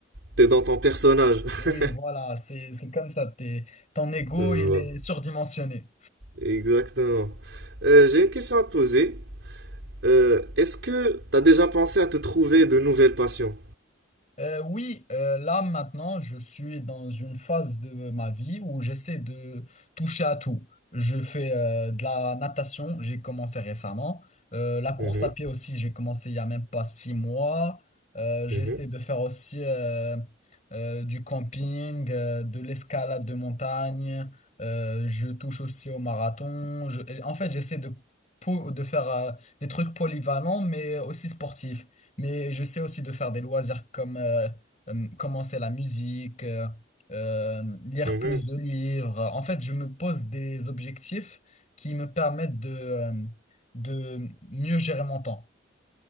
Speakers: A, on the right (about 65°); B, on the left (about 35°).
A: t'es dans ton personnage.
B: Oui,
A: <laughs>
B: voilà, c'est, c'est comme ça. t'es- ton ego,
A: Je
B: il
A: vois.
B: est surdimensionné.
A: Exactement. Euh, j'ai une question à te poser. Euh, est-ce que tu as déjà pensé à te trouver de nouvelles passions?
B: Euh, oui, euh, là maintenant, je suis dans une phase de ma vie où j'essaie de toucher à tout. Je fais euh, de la natation, j'ai commencé récemment. Euh, la course
A: Mhm,
B: à pied aussi, j'ai commencé il y a même pas six mois. Euh, j'essaie
A: mhm,
B: de faire aussi euh, euh, du camping, euh, de l'escalade de montagne. Euh, je touche aussi au marathon. Je- En fait, j'essaie de, po- de faire euh, des trucs polyvalents, mais aussi sportifs. Mais je sais aussi de faire des loisirs comme euh, euh, commencer la musique, euh, euh, lire
A: mhm.
B: plus de livres. En fait, je me pose des objectifs qui me permettent de, euh, de mieux gérer mon temps.